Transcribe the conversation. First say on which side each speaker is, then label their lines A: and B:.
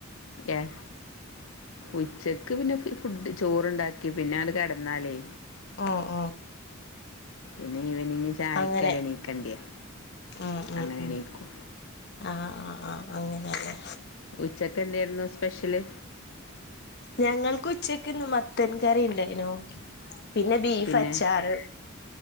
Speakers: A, on the left; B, on the left.
A: ഏഹ ഉച്ചക്ക് പിന്നെ ഫുഡ് ചോറണ്ടാക്കി പിന്നെ അത് കിടന്നാലേ
B: ഓ ആഓ
A: പിന്നെ ഈവെനിംഗ് ചായക്കല്ല
B: അങ്ങനെ
A: എണീക്കണ്ടേയ്
B: ഉം ഉം
A: അങ്ങനെ
B: ഉം
A: എണീക്കും
B: ആഹ് ആഹ് ആഹ് അങ്ങനെയല്ലേ
A: ഉച്ചക്ക് എന്തെർന്നു സ്പെഷ്യല്
B: ഞങ്ങൾക്ക് ഉച്ചക്ക് ഇന്ന് മത്തൻ കറിണ്ടേനു പിന്നെ ബീഫ്
A: പിന്നെ
B: അച്ചാറ്